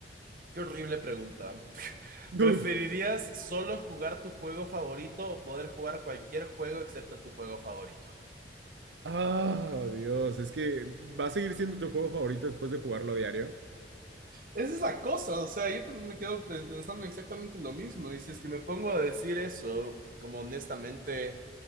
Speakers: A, on the right; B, on the right.
A: qué horrible pregunta. ¿Preferirías
B: Uf.
A: solo jugar tu juego favorito o poder jugar cualquier juego excepto tu juego favorito?
B: Ah, Dios, es que va a seguir siendo tu juego favorito después de jugarlo diario.
A: Esa es la cosa, o sea, yo también me quedo pe- pensando exactamente lo mismo. Y si es que Si me pongo a decir eso, como honestamente,